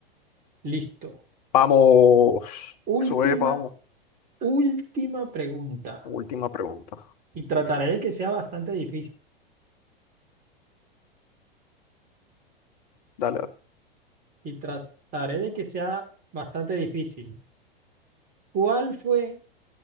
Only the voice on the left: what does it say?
Vamos. Eso
es, vamos.
Última pregunta.
Dale.